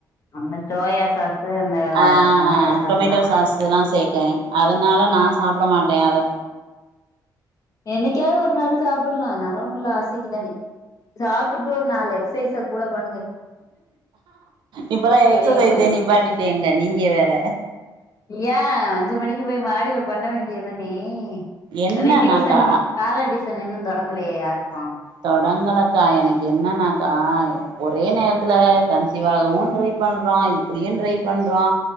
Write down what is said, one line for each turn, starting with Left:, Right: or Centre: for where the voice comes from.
Left: அந்த சோயா சாஸ் அந்த
Right: ஆ
Left: டொமேட்டோ
Right: டொமேட்டோ
Left: எல்லா
Right: சாஸ் இதுல்லா சேக்றே அதனால நா சாப்ட மாட்டே அத
Left: என்னைக்காவது ஒரு நாள் சாப்டலா அதனால ஒன்னு இல்ல ஆசைக்கி தானே சாப்ட்டுபுட்டு ஒரு நாலு எக்சைஸ கூட பண்ணுங்க
Right: இப்பெல்லா
Left: சரியா
Right: எக்சசைஸே
Left: போயிரு
Right: நிப்பாட்டி டேங்க நீங்க வேற
Left: ஏ அஞ்சி மணிக்கு போய் மாடில பண்ண வேண்டியதானே
Right: என்னன்னாக்கா
Left: அதே டியூசன் கால டியூசன் இன்னு தொடங்கலையே யாருக்
Right: தொடங்கலக்கா எனக் என்னன்னாக்கா ஒரே நேரத்துல கன்சிவாகவு ட்ரை பண்றோ இப்டியு ட்ரை பண் றோ